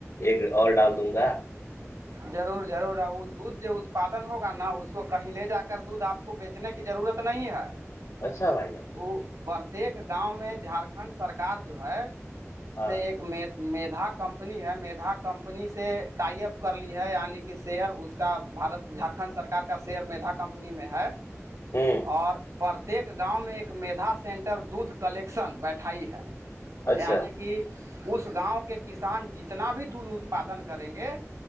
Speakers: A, on the left; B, on the right.
A: ایک اور ڈال دوں گا
B: ضرور ضرور آؤ دودھ جو اتپادن ہوگا نا اس کو کہیں لے جا کر دودھ آپ کو بیچنے کی ضرورت نہیں ہے
A: اچھا بھائی جب
B: وہ پرتیک گاؤں میں جھارکھنڈ سرک جو ہے
A: ہاں
B: سے ایک م میھا کمپنی ہے مھا کمپنی سے ٹائ اپ کر لی ہے یعنی کہ شیئر اس کا بارت جھارکھنڈ سرک کا شیئر میھا کمپنی میں ہے <unintelligible>
A: ہوں
B: اور پرتیک گاؤں میں ایک میھا سینٹر دودھ کلیکشن بیٹھائی ہے
A: اچھا
B: یعنی کہ اس گاؤں کے کسان جتنا بھی دودھ اتپادن کریں گے